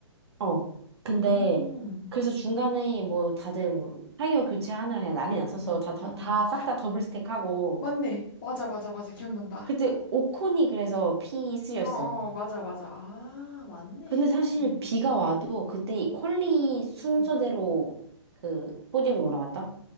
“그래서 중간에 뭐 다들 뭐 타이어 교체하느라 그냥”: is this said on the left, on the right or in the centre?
Right